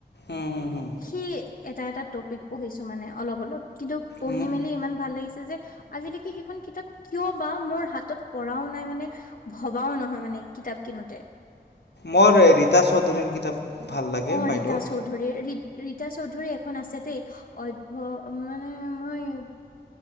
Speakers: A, on the left; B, on the left.
A: উম, হুম, হুম,
B: সেই এটা এটা টপিক পঢ়িছো মানে অলপ- অলপ। কিন্তু পঢ়ি
A: উম,
B: মেলি ইমান ভাল লাগিছে যে। আজিলৈকে সেইখন কিতাপ কিয় বা মোৰ হাতত পঢ়াও নাই মানে ভবাও নহয় মানে। কিতাপ কিনোতে।
A: মোৰ ৰীতা চৌধুৰীৰ কিতাপ ভাল লাগে
B: অ,
A: বাইদেউৰ।
B: ৰীতা চৌধুৰীৰ ৰীতা চৌধুৰী এখন আছে দেই অভ্য় মানে মই